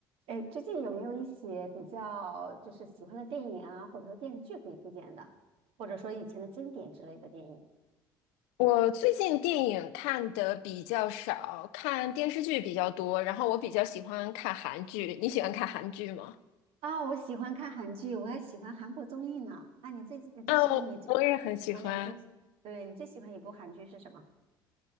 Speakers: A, on the right; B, on the left.
A: 哎，最近有没有一些比较就是喜欢的电影啊，或者说电视剧可以推荐的，或者说以前的经典之类的电影？
B: 我最近电影看的比较少，看电视剧比较多，然后我比较喜欢看韩剧。你喜欢看韩剧吗？
A: 啊、我喜欢看韩剧，我还喜欢韩国综艺呢。啊，你最近就是你最最喜欢的一部综对，
B: 嗯，我也很喜欢。
A: 你最喜欢一部韩剧是什么？